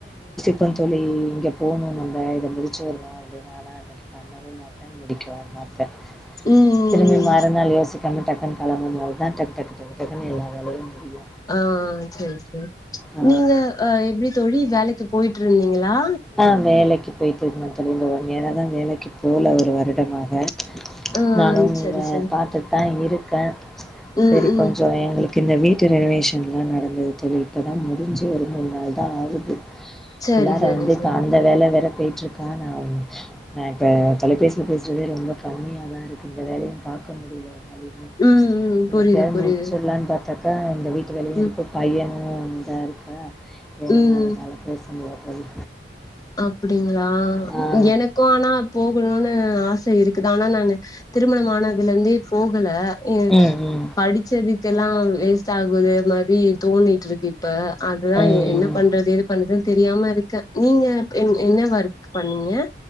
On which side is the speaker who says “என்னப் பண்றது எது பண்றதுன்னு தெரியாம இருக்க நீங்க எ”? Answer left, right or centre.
Left